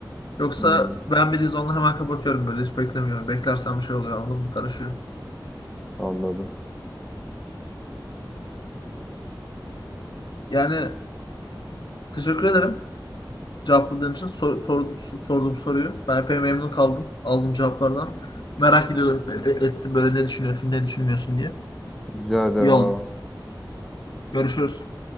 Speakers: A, on the left; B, in the centre.
A: Yoksa
B: Hmm,
A: beğenmediğiniz onu hemen kapatıyorum böyle hiç beklemiyorum. Beklersem şey oluyor anladın mı? Karışıyor.
B: anladım.
A: Yani teşekkür ederim cevapladığın için. Sor, sor- sorduğum soruyu. Ben epey memnun kaldım aldığım cevaplardan. Merak ediyorum e- e- ettim böyle ne düşünüyorsun ne düşünmüyorsun diye.
B: Rica ederim
A: İyi oldu.
B: abi.
A: Görüşürüz.